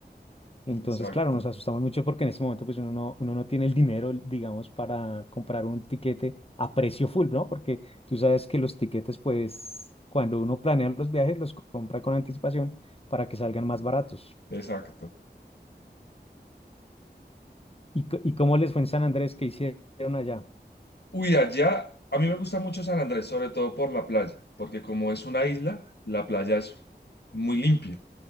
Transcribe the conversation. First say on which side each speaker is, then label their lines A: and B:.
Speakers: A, on the left; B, on the left.
A: Entonces,
B: Exacto,
A: claro, nos asustamos mucho porque en este momento pues uno no, uno no tiene el dinero, digamos, para comprar un tiquete a precio full, ¿no? Porque tú sabes que los tiquetes pues cuando uno planea los viajes los compra con anticipación para que salgan más baratos.
B: exacto.
A: ¿Y, co- y cómo les fue en San Andrés? que hicieron allá?
B: Uy, allá, a mí me gusta mucho San Andrés, sobre todo por la playa, porque como es una isla, la playa es muy limpia.